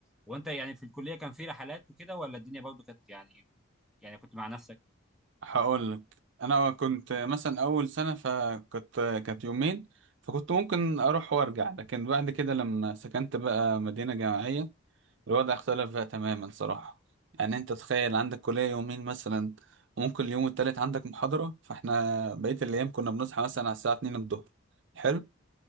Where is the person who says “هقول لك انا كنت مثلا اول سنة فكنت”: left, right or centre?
Right